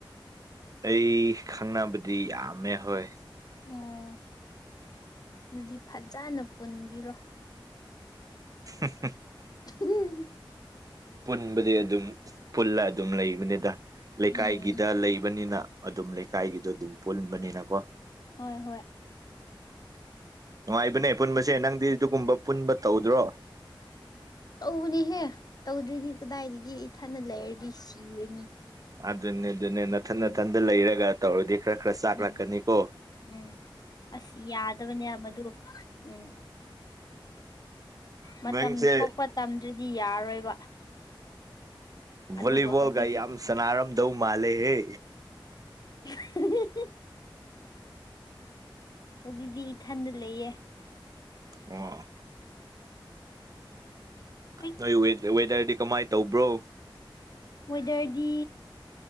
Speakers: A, on the right; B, on the left.
A: ꯑꯩ ꯈꯪꯅꯕꯗꯤ ꯌꯥꯝꯃꯦ ꯍꯣꯏ
B: ꯑꯣ ꯑꯗꯨꯗꯤ ꯐꯖꯅ ꯄꯨꯟꯕꯤꯔꯣ
A: <inaudible>
B: ꯎꯝ
A: ꯄꯨꯟꯕꯗꯤ ꯑꯗꯨꯝ ꯄꯨꯜꯂ ꯑꯗꯨꯝ ꯂꯩꯕꯅꯤꯗ ꯂꯩꯀꯥꯏꯒꯤꯗ
B: ꯎꯝ
A: ꯂꯩꯕꯅꯤꯅ ꯑꯗꯨꯝ ꯂꯩꯀꯥꯏꯒꯤꯗꯣ ꯑꯗꯨꯝ ꯄꯨꯟꯕꯅꯤꯅꯀꯣ
B: ꯍꯣꯏ ꯍꯣꯏ
A: ꯅꯨꯡꯉꯥꯏꯕꯅꯦ ꯄꯨꯟꯕꯁꯦ ꯅꯪꯗꯤ ꯑꯗꯨꯒꯨꯝꯕ ꯄꯨꯟꯕ ꯇꯧꯗ꯭ꯔꯣ
B: ꯇꯧꯕꯅꯦꯍꯦ ꯇꯧꯗ꯭꯭ꯔꯔꯤꯗꯤ ꯀꯗꯥꯏꯗꯒꯤ ꯏꯊꯅ ꯂꯩꯔꯗꯤ ꯁꯤꯔꯅꯤ
A: ꯑꯗꯨꯅꯦ ꯑꯗꯨꯅꯦ ꯅꯥꯊꯟ
B: ꯎꯝ
A: ꯅꯥꯊꯟꯗ ꯂꯩꯔꯒ ꯇꯧꯔꯗꯤ ꯈꯔ ꯈꯔ ꯆꯥꯛ
B: ꯎꯝ
A: ꯂꯥꯛꯀꯅꯤꯀꯣ
B: ꯎꯝ ꯑꯁ ꯌꯥꯗꯕꯅꯦ ꯃꯗꯨ ꯎꯝ ꯃꯇꯝ
A: ꯅꯪꯁꯦ
B: ꯊꯣꯛꯄ ꯇꯝꯗ꯭꯭ꯔꯗꯤ ꯌꯥꯔꯣꯏꯕ ꯑꯗꯨꯕꯨ
A: ꯣꯂꯤꯕꯜ
B: ꯍꯧꯖꯤꯛꯇꯤ
A: ꯀ ꯌꯥꯝ ꯑꯃ ꯁꯅꯥꯔꯝ ꯗꯧ ꯃꯥꯂꯦ ꯍꯦ
B: <unintelligible> ꯍꯧꯖꯤꯛꯇꯤ ꯏꯊꯟꯗ ꯂꯩꯌꯦ
A: ꯑꯣ
B: ꯑꯩ
A: ꯅꯣꯏ ꯋꯦꯗꯔꯗꯤ ꯀꯃꯥꯏꯅ ꯇꯧꯕ꯭ꯔꯣ
B: ꯋꯦꯗꯔꯗꯤ